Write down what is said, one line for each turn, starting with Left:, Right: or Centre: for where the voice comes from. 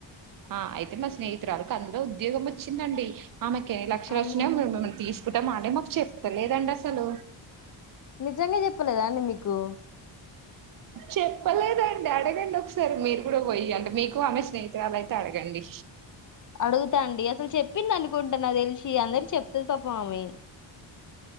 Right: ఆ అయితే మా స్నేహితురాళ్ళ కందు రూల్ లో ఉద్యోగం వచ్చిందండి ఆమెకి ఎన్ని లక్షలు
Left: అవునా
Right: వచ్చినా మేం ఏమన్నా తీస్ కున్న మాటె మాకు చెప్తలేదండి అసలు
Left: నిజంగా చెప్పలేదా అండి మీకు
Right: చెప్పలేదండి అడగండి ఒకసారి మీరు కూడా పోయి అంటె మీకు ఆమె స్నేహితురాలు అయితే అడగండి
Left: అడుగుతాండి అసలు చెప్పింది అనుకుంట నాకి తెలిసి అందరి చెప్తాది పాపం ఆమె